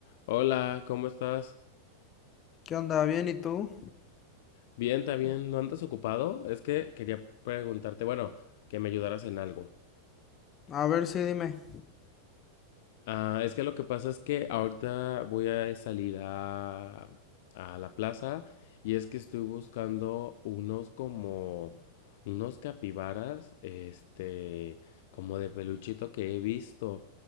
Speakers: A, on the left; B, on the left.
A: Hola, ¿cómo estás?
B: ¿Qué onda? ¿Bien? ¿Y tú?
A: Bien, también. ¿No andas ocupado? Es que quería preguntarte, bueno, que me ayudaras en algo.
B: A ver, sí, dime.
A: Ah, es que lo que pasa es que ahorita voy a salir a, a la plaza y es que estoy buscando unos como, unos capibaras, este, como de peluchito que he visto,